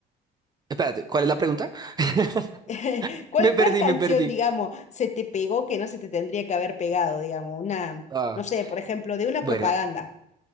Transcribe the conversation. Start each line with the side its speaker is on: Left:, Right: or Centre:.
Right: Espérate, ¿cuál es la pregunta? <laughs>
Left: <laughs> ¿Cuál,
Right: Me perdí,
Left: cuál canción,
Right: me perdí.
Left: digamos, se te pegó que no se te tendría que haber pegado, digamos? Una,
Right: Ah,
Left: no sé, por ejemplo, de una
Right: bueno,
Left: propaganda.